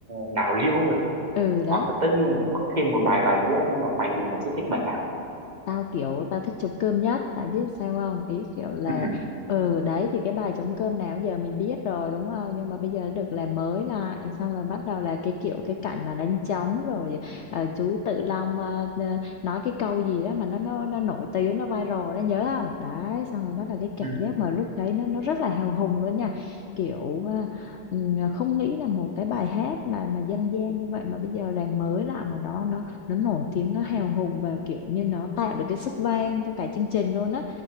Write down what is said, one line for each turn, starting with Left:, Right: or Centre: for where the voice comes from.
Right: đào liễu rồi
Left: ừ đấy
Right: hoặc là tất nhiên là có thêm một bài bài nữa nhưng mà mày thì mày sẽ thích bài nào
Left: tao kiểu tao thích trống cơm nhất tại biết sao không ý kiểu là
Right: ừ,
Left: ừ đấy thì cái bài trống cơm nào giờ mình biết rồi đúng không nhưng mà bây giờ được làm mới lại xong rồi bắt đầu là cái kiểu cái cảnh mà đánh trống rồi ờ, chú Tự Long ờ, ờ, nói cái câu gì đó mà nó nó nó nổi tiếng nó viral đó nhớ không đấy xong rồi bắt đầu cái cảm
Right: ừ.
Left: giác mà lúc đấy nó nó rất là hào hùng luôn nha kiểu ờ, ừ, không nghĩ là một cái bài hát mà mà dân gian như vậy mà bây giờ làm mới lại mà nó nó nó nổi tiếng nó hào hùng và kiểu như nó tạo được cái sức vang cho cả chương trình luôn á